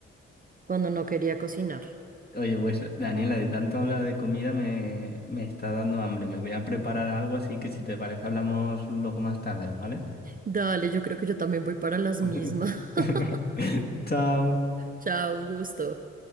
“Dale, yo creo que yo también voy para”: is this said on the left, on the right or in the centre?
Right